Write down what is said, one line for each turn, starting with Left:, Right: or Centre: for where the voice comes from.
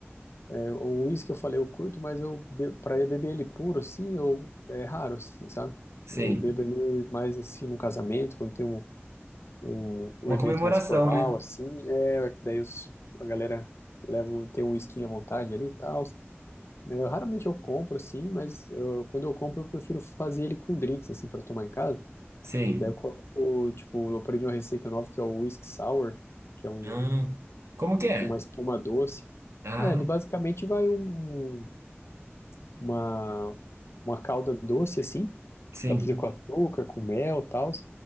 Left: é, o uísque que eu falei, eu curto, mas eu be- pra eu beber ele puro, assim, eu, é raro, assim, sabe?
Right: Sim.
Left: Eu bebo ele mais, assim, num casamento, quando tem um, um, um
Right: Uma
Left: evento
Right: comemoração,
Left: mais formal,
Right: né?
Left: assim, é, é que daí os, a galera leva, o- tem o uísquinho à vontade ali e tal, Eu raramente eu compro assim, mas eu, quando eu compro eu prefiro fazer ele com drinks assim para tomar em casa.
Right: Sim.
Left: Daí eu coloco, tipo, eu aprendi uma receita nova que é o whisky sour, que é um
Right: Ah, Como
Left: ele
Right: que
Left: é
Right: é?
Left: com uma espuma doce.
Right: Ah,
Left: Ah, ele basicamente vai um uma uma calda doce assim,
Right: sim.
Left: dá pra fazer com açúcar, com mel, e tal.